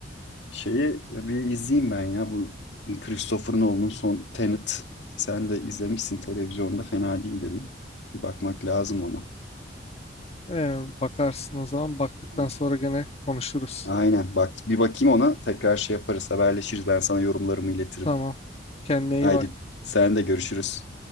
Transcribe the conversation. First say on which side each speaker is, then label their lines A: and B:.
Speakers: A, on the left; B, on the left.
A: şeyi bir izleyeyim ben ya bu Christopher Nolan'ın son Tenet. Sen de izlemişsin televizyonda fena değil dedim. Bir bakmak lazım ona.
B: Ee, bakarsın o zaman. Baktıktan
A: Evet.
B: sonra gene konuşuruz.
A: Aynen bak bir bakayım ona tekrar şey yaparız haberleşiriz ben sana yorumlarımı iletirim.
B: Tamam. Kendine iyi
A: Haydi
B: bak.
A: sen de görüşürüz.